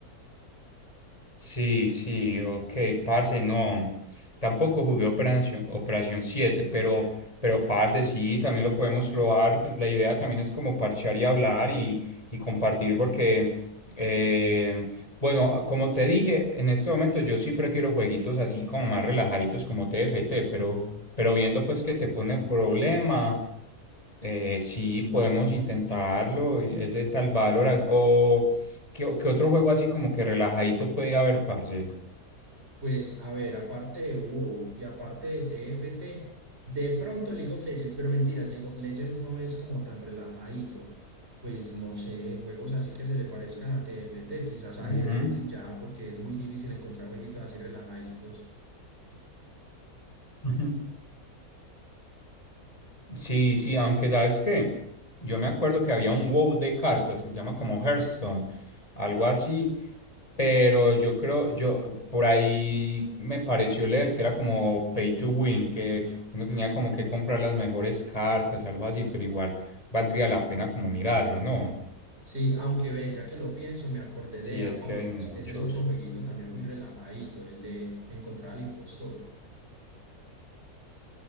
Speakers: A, on the left; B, on the right.
A: Sí, sí, ok, parce, no, tampoco jugué Operación, Operación siete, pero, pero parce, sí, también lo podemos probar, pues la idea también es como parchar y hablar y, y compartir porque, eh, bueno, como te dije, en este momento yo sí prefiero jueguitos así como más relajaditos como TFT, pero, pero viendo pues que te pone problema. Eh, sí, podemos intentarlo, eh, ese tal Valorant, o qué, o- qué otro juego así como que relajadito puede haber, parce.
B: Pues a ver, aparte de WoW y aparte de T F T de pronto League of Legends, pero mentiras, League of Legends no es como tan relajadito. Pues no sé, juegos así que se le parezcan a T F T quizás ajedrez
A: Ujú.
B: y ya, porque es muy difícil encontrar jueguitos así relajaditos.
A: Ujú. Sí, sí, aunque sabes qué, yo me acuerdo que había un WoW de cartas que se llama como Hearthstone, algo así, pero yo creo, yo por ahí me pareció leer que era como pay to win, que uno tenía como que comprar las mejores cartas, algo así, pero igual valdría la pena como mirarlo, ¿no?
B: Sí, aunque ve, ya que lo pienso, me acordé
A: Sí,
B: de Among
A: es que hay muchos.
B: Us. Ese es otro jueguito también muy relajadito, el de encontrar al impostor.